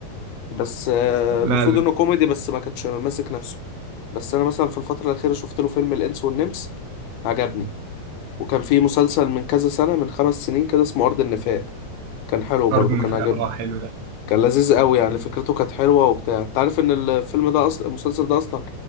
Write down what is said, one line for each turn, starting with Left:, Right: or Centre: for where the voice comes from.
Left: بس آه،
Right: لا
Left: المفروض إنه كوميدي بس ما كانش ماسك نفسه بس أنا مثلا في الفترة الأخيرة شفت له فيلم الإنس والنمس عجبني وكان فيه مسلسل من كذا سنة من خمس سنين كده اسمه أرض النفاق كان حلو برضه
Right: الارض النفاق
Left: كان عجبني
Right: اه حلو ده
Left: كان لذيذ قوي يعني فكرته كانت حلوة وبتاع انت عارف ان الفيلم ده اصلا المسلسل ده اصلا